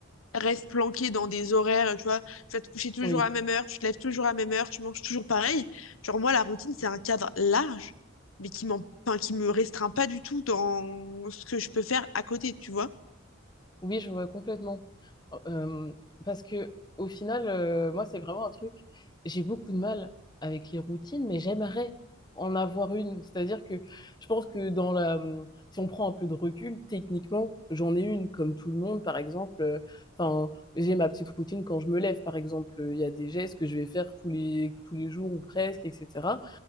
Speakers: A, on the left; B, on the left.
A: reste planqué dans des horaires, tu vois, tu vas te coucher toujours
B: Oui.
A: à la même heure, tu te lèves toujours à la même heure, tu manges toujours pareil. Genre moi, la routine, c'est un cadre large, mais qui m'en, enfin, qui me restreint pas du tout dans ce que je peux faire à côté, tu vois.
B: Oui, je vois complètement. Oh, Euh, parce que au final, euh, moi, c'est vraiment un truc. J'ai beaucoup de mal avec les routines, mais j'aimerais en avoir une. C'est-à-dire que je pense que dans la, hum, si on prend un peu de recul, techniquement, j'en ai une, comme tout le monde, par exemple. Euh, Enfin, j'ai ma petite routine quand je me lève, par exemple. Il y a des gestes que je vais faire tous les tous les jours ou presque, etc.